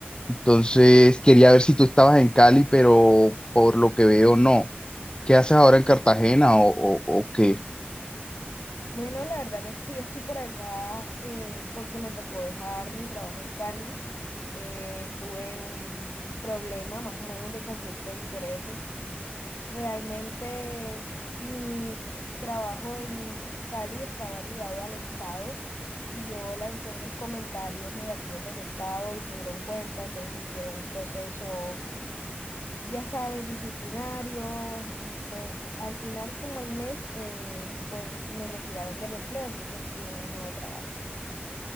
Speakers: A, on the left (about 25°); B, on the left (about 80°).
A: Entonces, quería ver si tú estabas en Cali, pero por lo que veo, no. ¿Qué haces ahora en Cartagena o, o- o qué?
B: Bueno, la verdad es que yo estoy por acá eh, porque me tocó dejar mi trabajo en Cali. Eh, tuve un problema más o menos de conflicto de intereses. Realmente mi trabajo en Cali estaba ligado al Estado y yo lancé unos comentarios negativos del Estado y se dieron cuenta, entonces me hicieron un proceso ya sabes, disciplinario y pues al final como al mes, eh, pues me retiraron del empleo, entonces estoy en un nuevo trabajo.